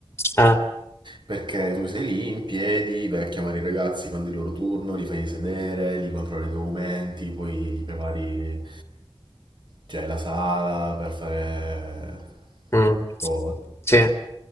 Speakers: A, on the left (about 25°); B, on the right (about 50°).
A: Ah,
B: Perché tu sei lì in piedi, vai a chiamare i ragazzi quando è il loro turno, li fai sedere, li controlli i documenti, poi li prepari, cioè, la sala per fare
A: mm,
B: prova.
A: sì.